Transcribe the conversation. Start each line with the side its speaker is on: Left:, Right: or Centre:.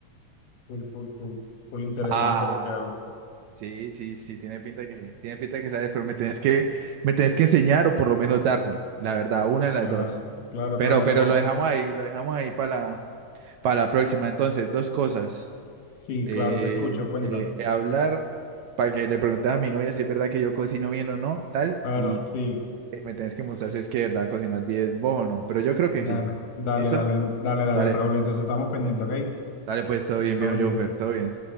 Left: full, full, full, full interesante
Right: Ah,
Left: lo que hago.
Right: sí, sí, sí, tiene pinta de que, tiene pinta de que sabes, pero me tenés que, me tenés que enseñar o por lo menos darme, la verdad, una de las
Left: Claro,
Right: dos.
Left: claro,
Right: Pero,
Left: claro,
Right: pero
Left: no.
Right: lo dejamos ahí, lo dejamos ahí para la, para la próxima. Entonces, dos cosas.
Left: Sí, claro,
Right: Eh,
Left: te escucho, cuéntame.
Right: eh, hablar para que le preguntes a mi novia si es verdad que yo cocino bien o no, tal,
Left: Claro,
Right: y que
Left: sí,
Right: me tenés que mostrar si es que de verdad cocinas bien vos o no. Pero yo creo que
Left: dale,
Right: sí.
Left: dale,
Right: ¿Listo?
Left: dale, dale, dale,
Right: Dale,
Left: Raúl. Entonces estamos pendientes, ¿ok?
Right: dale pues, todo bien,
Left: Todo
Right: viejo
Left: bien.
Right: Jonfer, todo bien.